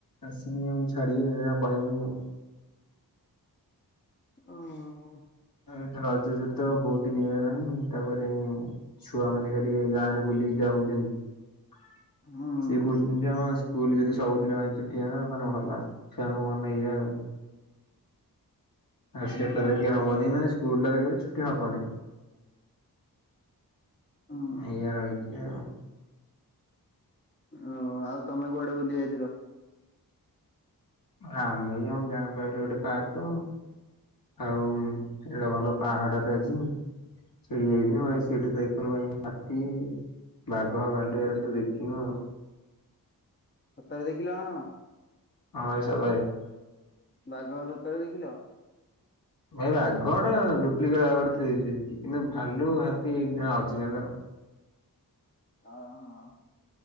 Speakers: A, on the left; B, on the left.
A: ଆସିନି ଆଉ ଛାଡିଵେ ଆଉ କହିବେ ଆଉ।
B: <unintelligible>
A: ତ ଏଇଥର ରଜ ଛୁଟି ତ ବହୁତ୍ ଦିନ ହେଇଗଲାଣି, ତାପରେ ଛୁଆମାନେ ଖାଲି ଗାଁରେ ବୁଲିକି ଯା ହଉଚନ୍ତି।
B: ହଁ।
A: ସିଏ କହୁଚନ୍ତି ଯେ ହଁ ସ୍କୁଲ୍ ଯଦି ସବୁଦିନ ପାଇଁ ଛୁଟି <unintelligible> ମାନେ ଭଲ ଛୁଆଙ୍କ ମନ <unintelligible> ଆଉ। ଆ
B: ହୁଁ
A: ସେ କହିଲେ କି ହବନି ମାନେ ସ୍କୁଲ ଟା <unintelligible> ଛୁଟି ହବନି।
B: <unintelligible>
A: ଏଇଆ ରହିଚି ଆଉ।
B: ଓ ଆଉ ତମେ କୁଆଡେ ବୁଲି ଯାଇଥିଲ?
A: ଆମେ ଯାଉଁ ଗାଁ ପାଖେରେ ଗୋଟେ ପାର୍କ ଆଉନ୍ ଏଆଡେ ଭଲ ପାହାଡଟେ ଅଛି। <unintelligible> ଯାଇକିନି
B: ହୁଁ।
A: ଭାଇ ସେଇଟି <unintelligible> ଭାଇ ହାତୀ, ବାଘ, ଭାଲୁ ଏରା ସବୁ ଦେଖିନୁ ଆଉ।
B: ସତରେ ଦେଖିଲ ନା କଣ?
A: ହଁ ଭାଇ <unintelligible>
B: ବାଘ ସତରେ ଦେଖିଲ?
A: ଭାଇ ବାଘଟା ଡୁପ୍ଲିକେଟ୍ ବାଘଟେ ଥୋଇଦେଇ ଥିଲେ ସେଇଠି, କିନ୍ତୁ ଭାଲୁ ହାତୀ ଅର୍ଜିନାଲ୍ ଆଉ।
B: ଅ ହଁ